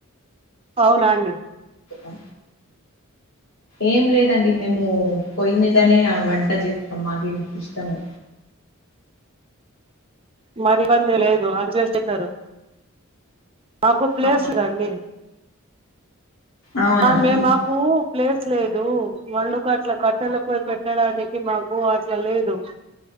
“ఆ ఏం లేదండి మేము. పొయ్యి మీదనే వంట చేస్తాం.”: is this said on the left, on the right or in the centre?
Left